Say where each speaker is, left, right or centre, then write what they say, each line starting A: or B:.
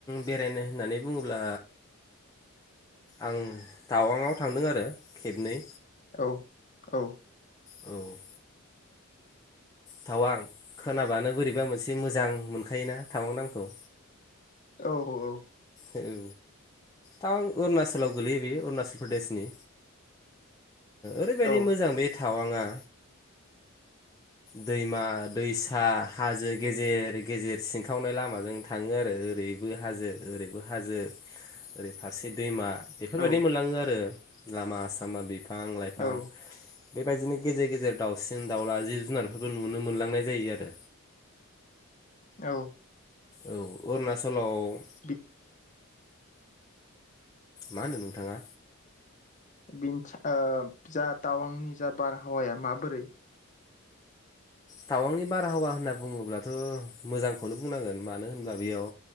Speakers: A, on the left (about 15°); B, on the left (about 35°).
A: बेरायनो होननानै बुङोब्ला आं टावांआव थांदों आरो खेबनै।
B: औ औ
A: औ थावां खोनाबानो बोरैबा मोनसे मोजां मोनखायोना थावां नामखौ
B: औ औ औ
A: औ तावां अरुनाचलाव गोलैयो बे अरुणाचल प्रदेशनि ओरैबायदि
B: औ
A: मोजां बे थावङा दैमा दैसा हाजो गेजेर गेजेर सिनखावनाय लामाजों थाङो आरो ओरैबो हाजो ओरैबो हाजो ओरै फारसे दैमा बेफोरबायदि
B: औ
A: मोनलाङो आरो लामा सामा बेफोर बिफां लाइफां
B: औ
A: बेबायदिनो गेजेर गेजेर दाउसिन दाउला जि जुनारफोरबो नुनो मोनलांनाय जायो आरो
B: औ
A: औ अरुणाचलाव <inaudible>
B: बि
A: मा होनदों नोंथाङा
B: बिनि ओ जा टावांनि जा बारहावाया माबोरै
A: टावांनि बारहावा होनना बुङोब्लाथ' मोजांखौनो बुंनांगोन मानो होनबा बेयाव